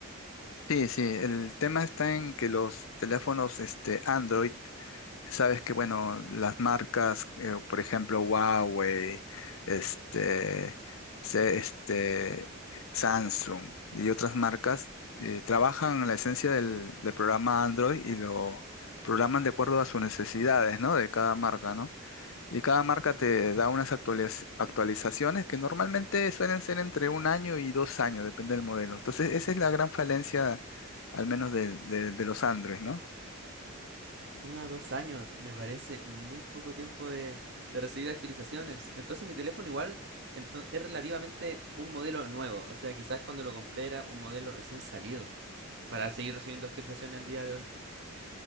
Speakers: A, on the left (about 70°); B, on the right (about 50°).
A: Sí, sí, el tema está en que los teléfonos este, Android Sabes que, bueno, las marcas, eh, por ejemplo, Huawei, este, se- este, Samsung y otras marcas eh, trabajan en la esencia del, del programa Android y lo programan de acuerdo a sus necesidades, ¿no? De cada marca, ¿no? Y cada marca te da unas actualiz- actualizaciones que normalmente suelen ser entre un año y dos años, depende del modelo. Entonces, esa es la gran falencia, al menos de, de de los Android, ¿no?
B: Uno a dos años, me parece muy poco tiempo de, de recibir actualizaciones. Entonces mi teléfono igual ento- es relativamente un modelo nuevo. O sea, quizás cuando lo compré era un modelo recién salido para seguir recibiendo actualizaciones al día de hoy.